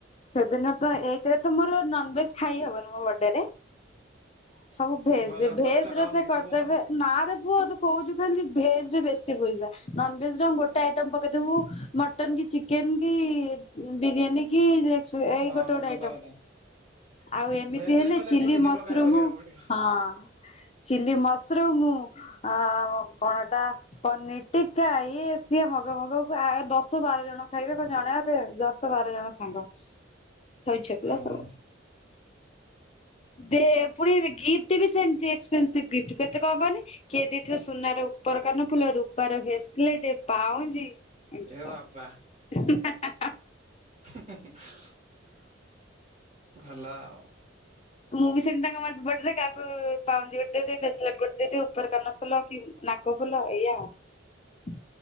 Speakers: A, on the left (about 30°); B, on the right (about 35°).
A: ସେଦିନ ତ ଏକରେ ତ ମୋର ନନଭେଜ ଖାଇ ହବନି ମୋ ବଡେରେ ସବୁ ଭେଜ,
B: ଭଲ
A: ଭେଜ
B: ଖର୍ଚ୍ଚ କମ
A: ର ସେ
B: ହେଇଯିବ
A: କରିଦେବେ
B: ଆଉ
A: ନା ରେ ପୁଅ ତୁ କହୁଛୁ ଖାଲି । ଭେଜ ରେ ବେଶୀ ପଇସା, ନନ ଭେଜରେ ଗୋଟେ ଆଇଟମ ପକେଇବୁ, ମଟନ କି ଚିକେନ କି ବିରିୟାନୀ କି, ଯ ଏଇ
B: ହଁ
A: ଗୋଟେ ଗୋଟେ ଆଇଟମ
B: ସତ
A: ।
B: କଥା।
A: ଆଉ ଏମିତି
B: ଭେଜ ରେ
A: ହେଲେ,
B: କଲେ
A: ଚିଲି
B: ଦି ତିନି
A: ମସରୁମ
B: ପ୍ରକାର କରିବାକୁ
A: ହଁ
B: ପଡିବ।
A: । ଚିଲି ମସରୁମ, ଆ କଣଟା ପନିର ଟିକା, ଇଏ ସିଏ ହଗ ଭଗ କ ଆଗ ଦଶ ବାର ଜଣ ଖାଇବେ କଣ ଜଣେ ଅଧେ ବାର ଜଣ ସଙ୍ଗ ହେଉଛିପଲା
B: ହଁ
A: ସବୁ । ଦେ ପୁଣି ଗିଫ୍ଟ ବି ସେମତି ଏକ୍ସପସି ଗି୍ଟ, କେତେ କଣ କହନି କିଏ ଦେଇଥିବ ସୁନାର ପର କାନ ଫୁଲ, ରୂପାର ଭେସଲେଟ, ପାଉଁଜି। ଏସବୁ
B: ଏ ବାବା
A: ନା ଆ
B: ହେଁ ଭଲ ଆଉ ।
A: ମୁଁ ବି ସେମିତି ତାଙ୍କ ବଡେରେ କାକୁ ପାଉଁଜି ଗୋଟେ ଦେଇଦେବି, ଭେସଲଟ ଗୋଟେ ଦେଇଦେବି, ଉପର କାନ ଫୁଲ କି ନାକ ଫୁଲ ଏୟା ଆଉ ।